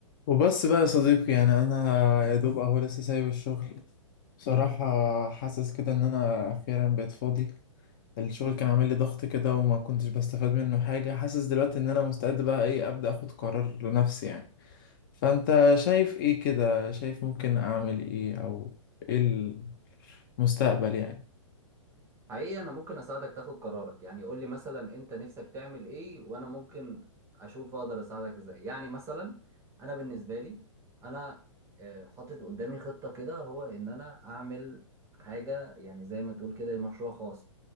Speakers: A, on the left; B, on the right.
A: وبس بقى يا صديقي يعني انا يا دوب اهو لسه سايب الشغل بصراحة حاسس كده ان انا اخيرا بقيت فاضي الشغل كان عامل لي ضغط كده وما كنتش بستفاد منه حاجة حاسس دلوقتي ان انا مستعد بقى ايه ابدأ اخد قرار لنفسي يعني فانت شايف ايه كده شايف ممكن اعمل ايه او ايه المستقبل يعني
B: حقيقي انا ممكن اساعدك تاخد قرارك يعني قول لي مثلا انت نفسك تعمل ايه وانا ممكن اشوف اقدر اساعدك ازاي يعني مثلا انا بالنسبه لي انا آه، حاطط قدامي خطه كده هو ان انا اعمل حاجه يعني زي ما تقول كده مشروع خاص